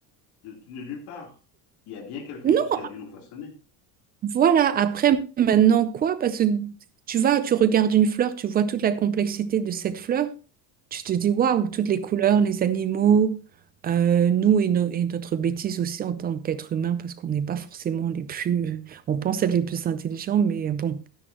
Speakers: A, on the left; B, on the right.
A: de, de nulle part. Il y a bien quelque
B: non
A: chose qui a dû nous façonner.
B: voilà après maintenant quoi parce que tu vas tu regardes une fleur tu vois toute la complexité de cette fleur Tu te dis, waouh, toutes les couleurs, les animaux, euh, nous et, no- et notre bêtise aussi en tant qu'être humain, parce qu'on n'est pas forcément les plus, <laughs> on pense être les plus intelligents, mais bon.